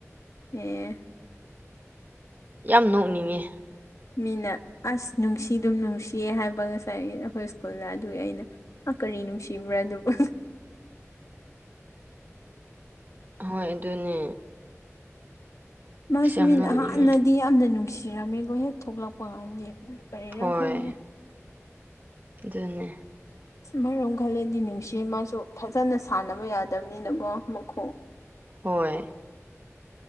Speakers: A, on the left; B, on the right.
A: ꯑꯦ
B: ꯌꯥꯝ ꯅꯣꯛꯅꯤꯡꯉꯦ
A: ꯃꯤꯅ ꯑꯁ ꯅꯨꯡꯁꯤꯗꯨꯝ ꯅꯨꯡꯁꯤꯌꯦ ꯍꯥꯏꯕ ꯉꯁꯥꯏꯒꯤ ꯑꯈꯣꯏ ꯁ꯭ꯀꯨꯜꯗ ꯑꯗꯨꯒꯤ ꯑꯩꯅ ꯑ ꯀꯔꯤ ꯅꯨꯡꯁꯤꯕ꯭ꯔꯥ ꯑꯗꯨꯕꯨ
B: ꯍꯣꯏ ꯑꯗꯨꯅꯦ
A: ꯃꯥꯁꯨ
B: ꯑꯁ
A: ꯃꯤꯅ
B: ꯌꯥꯝ ꯅꯣꯛꯅꯤꯡꯉꯦ
A: ꯑꯍꯥꯟꯅꯗꯤ ꯌꯥꯝꯅ ꯅꯨꯡꯁꯤꯔꯝꯃꯦꯀꯣ ꯍꯦꯛ ꯊꯣꯛꯂꯛꯄ ꯀꯥꯟꯗꯗꯤ ꯀꯔꯤꯔ
B: ꯍꯣꯏ
A: ꯈꯪꯗꯦ
B: ꯑꯗꯨꯅꯦ
A: ꯁꯨꯃꯥꯏꯅ ꯃꯨꯛ ꯈꯜꯂꯗꯤ ꯅꯨꯡꯁꯤꯌꯦ ꯃꯥꯁꯨ ꯐꯖꯅ ꯁꯥꯟꯅꯕ ꯌꯥꯗꯝꯅꯤꯅꯀꯣ ꯃꯈꯣꯡ
B: ꯍꯣꯏ